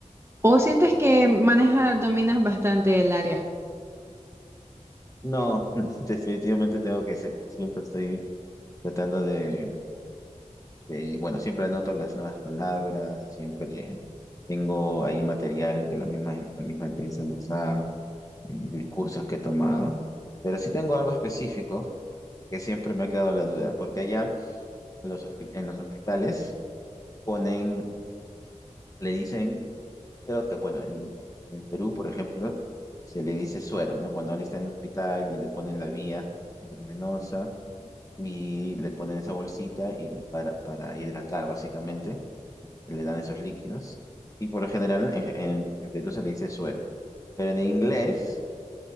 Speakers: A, on the right; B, on the left.
A: o sientes que manejas, dominas bastante el área?
B: No, <laughs> no, definitivamente tengo que, se- siempre estoy tratando de, de, bueno, siempre anoto las nuevas palabras, siempre tengo ahí material que la misma, la misma empresa nos da eh, cursos que he tomado. Pero sí tengo algo específico que siempre me ha quedado la duda, porque allá en los, hospi- en los hospitales ponen, le dicen, pero, eh, bueno, en, en Perú, por ejemplo, se le dice suero, ¿no? Cuando él está en el hospital y le ponen la vía intravenosa y le ponen esa bolsita y para, para hidratar, básicamente, le dan esos líquidos. Y por lo general en, en en Perú se le dice suero, pero en inglés